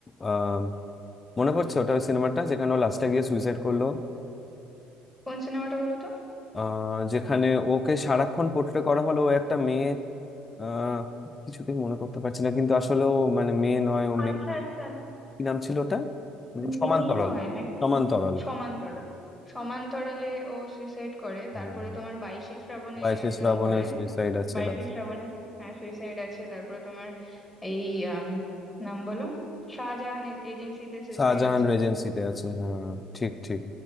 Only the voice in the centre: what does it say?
কোন সিনেমাটা বলো তো
আচ্ছা
আচ্ছা
মেয়ে নয় নাকি
সমান্তরাল সমান্তরালে ও সুইসাইড করে তারপরে
তোমার বাইশে শ্রাবণে
একজন
করে
বাইশে
শ্রাবণে হ্যাঁ সুইসাইড আছে তারপরে তোমার এই আম, নাম বলো শাহজাহান এজেন্সিতে সুইসাইড
আছে